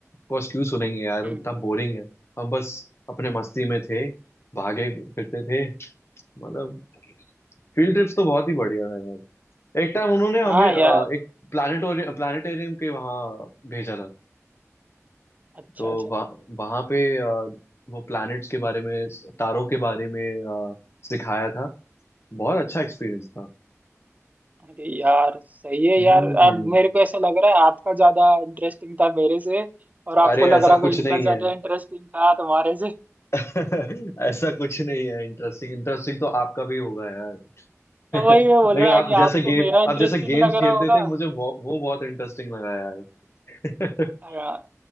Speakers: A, on the left; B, on the right.
A: कोर्स क्यों सुनेंगे यार
B: हम्म
A: वो इतना बोरिंग है हम बस अपने मस्ती में थे भागे फिरते थे मतलब फील्ड ट्रिप्स तो बहुत ही बढ़िया है यार एक टाइम उन्होंने हमें
B: हाँ
A: अ,
B: यार
A: एक प्लानिटोरियम प्लानिटेरियम के वहाँ भेजा था
B: अच्छा
A: तो
B: अच्छा
A: वह, वहाँ पे अ, वो प्लैनेट्स के बारे में तारों के बारे में अ, सिखाया था बहुत अच्छा एक्सपीरियंस था
B: अरे यार सही है
A: हम्म
B: यार अब मेरे को ऐसा लग रहा है आपका ज्यादा इंटरेस्टिंग था मेरे से और आपको
A: अरे
B: लग
A: ऐसा
B: रहा को
A: कुछ
B: इनका
A: नहीं है
B: ज्यादा इंटरेस्टिंग था तुम्हारे से
A: <laughs> ऐसा कुछ नहीं है इंटरेस्टिंग इंटरेस्टिंग तो आपका भी होगा यार
B: तो
A: <laughs>
B: वही
A: लेकिन
B: मैं बोल रहा
A: आप
B: है कि
A: जैसे
B: आपको
A: गेम
B: मेरा इंटरेस्टिंग
A: आप जैसे गेम्स
B: लग रहा
A: खेलते
B: होगा
A: थे मुझे वो, वो बहुत इंटरेस्टिंग लगा यार
B: हाँ
A: <laughs>